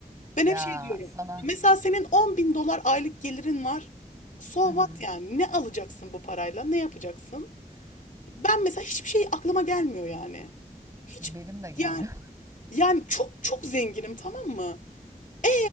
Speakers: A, on the left (about 65°); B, on the right (about 20°).
A: Ben
B: Ya,
A: hep şey diyorum.
B: sana
A: Mesela senin 10 bin dolar aylık gelirin var. So
B: Hı hı.
A: what yani? Ne alacaksın bu parayla? Ne yapacaksın? Ben mesela hiçbir şey aklıma gelmiyor yani. Hiç
B: Benim de gelmiyor.
A: yani yani çok çok zenginim tamam mı? E